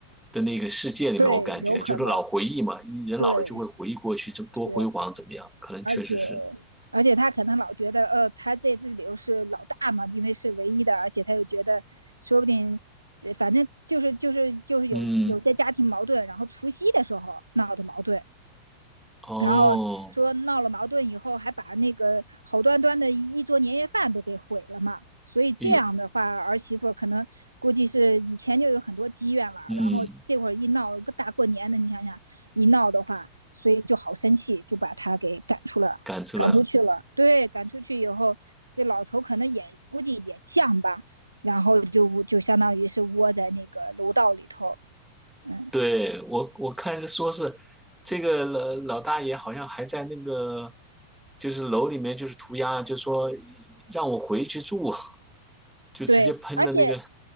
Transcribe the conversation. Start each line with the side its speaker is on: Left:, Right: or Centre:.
Centre: 的那个世界里面，
Right: 对，
Centre: 我感觉就是老回忆嘛，
Right: 有可能，
Centre: 人老了就会回忆过去，
Right: 对，
Centre: 这多辉煌怎么样？
Right: 是，
Centre: 可能确实是，
Right: 而且而且他可能老觉得，呃，他在这里头是老大嘛，因为是唯一的，而且他又觉得，说不定，呃反正就是就是就是有有些家庭矛盾，
Centre: 嗯，
Right: 然后除夕的时候闹的矛盾，
Centre: 哦，
Right: 然后说闹了矛盾以后，还把那个好端端的一桌年夜饭都给毁了嘛。所以这样的话，
Centre: 哎呦，
Right: 儿媳妇可能估计是以前就有很多积怨了，
Centre: 嗯，
Right: 然后这会儿一闹，个大过年的，你想想一闹的话，所以就好生气，就把她给赶出了，
Centre: 感出来了。
Right: 赶出去了。对，赶出去以后，这老头可能也估计也犟吧，然后就就相当于是窝在那个楼道里头，嗯。
Centre: 对，我我看是说是这个老老大爷好像还在那个就是楼里面就是涂鸦，就说让我回去住，<laughs> 就直接喷的那个，
Right: 对，而且